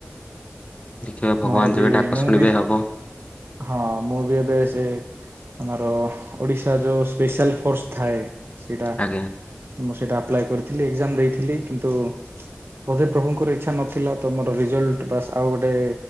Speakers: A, on the left; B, on the right.
A: ଦେଖିବା ଭଗବାନ
B: ମୋର ବି
A: ଯେବେ ଡାକ
B: ମୁଁ
A: ଶୁଣିବେ
B: ବି
A: ହବ।
B: ହଁ ମୁଁ ବି ଏବେ ସେ ଆମର ଓଡିଶା ଯୋଉ ସ୍ପେଶାଲ ଫୋର୍ସ ଥାଏ ସେଇଟା
A: ଆଜ୍ଞା।
B: ମୁଁ ସେଇଟା ଆପ୍ଲାଏ କରିଥିଲି ଏକ୍ଜାମ ଦେଇଥିଲି କିନ୍ତୁ ବୋଧେ ପ୍ରଭୁଙ୍କର ଇଚ୍ଛା ନଥିଲା ତ ମୋର ରେଜଲ୍ଟ ବାସ ଆଉ ଗୋଟେ